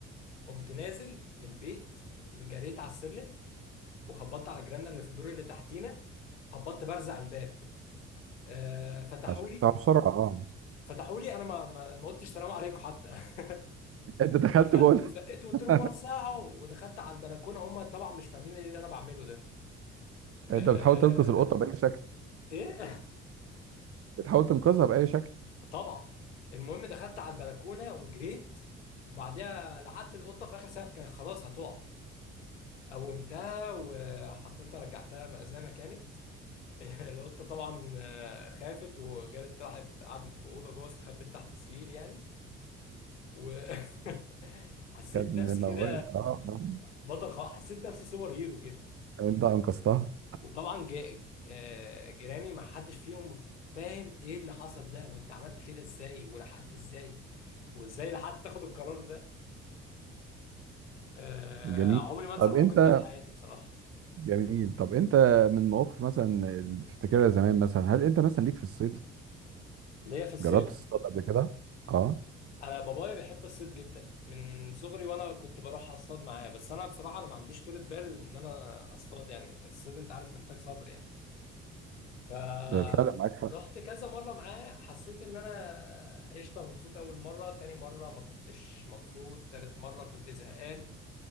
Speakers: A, on the left; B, on the right.
A: قمت نازل من البيت جريت على السلم وخبطت على جيراننا اللي في الدور اللي تحتينا خبطت برزع الباب آه فتحوا
B: عشان
A: لي
B: بسرعه اه
A: فتحوا لي انا ما ما ما قلتش سلام عليكم حتى <laughs>
B: انت دخلت
A: دخلت
B: جوه
A: وزقت وقلت
B: <laughs>
A: لهم وسعوا ودخلت على البلكونه هم طبعا مش فاهمين ايه اللي انا بعمله ده آه...
B: انت بتحاول تنقذ القطه باي شكل
A: ايه
B: بتحاول تنقذها باي شكل
A: <laughs> طبعا المهم دخلت على البلكونه وجريت وبعديها لحقت القطه في اخر سنه كانت خلاص هتقع قومتها وحطيتها رجعتها م- زي ما كانت <laughs> القطه طبعا آه، خافت وجرت راحت قعدت في اوضه جوه استخبت تحت سرير يعني وحسيت
B: كان
A: <laughs> نفسي
B: موال
A: كده
B: اه آه.
A: بطل خالص حسيت نفسي سوبر هيرو كده
B: انت انقذتها
A: وطبعا ج- آه، جيراني ما حدش فيهم فاهم ايه اللي حصل ده وانت عملت كده ازاي ولحقت ازاي وازاي لحقت تاخد القرار ده آه،
B: جميل
A: عمري ما انسى
B: طب
A: الموقف
B: انت
A: ده في حياتي بصراحة
B: جميل طب انت من مواقف مثلا اللي تفتكرها زمان مثلا هل انت مثلا ليك في الصيد
A: اللي هي في الصيد
B: جربت تصطاد قبل كده اه
A: انا بابايا بيحب الصيد جدا من صغري وانا كنت بروح اصطاد معاه بس انا بصراحة انا ما عنديش طولة بال ان انا اصطاد يعني الصيد انت عارف محتاج صبر يعني فرحت
B: ده فعلا معاك حق
A: كذا مرة معاه حسيت ان انا قشطة مبسوط اول مرة تاني مرة ما كنتش مبسوط تالت مرة كنت زهقان